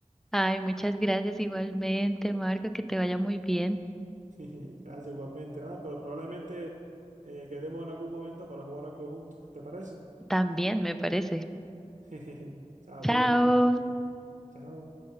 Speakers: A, in the centre; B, on the right (about 75°).
A: Ay, muchas gracias igualmente, Marco, que te vaya muy bien.
B: <laughs> Gracias igualmente, ah, pero probablemente eh, quedemos en algún momento para jugar algo juntos, ¿te parece?
A: También, me parece.
B: <laughs> Chao,
A: Chao.
B: cuídate. Chao.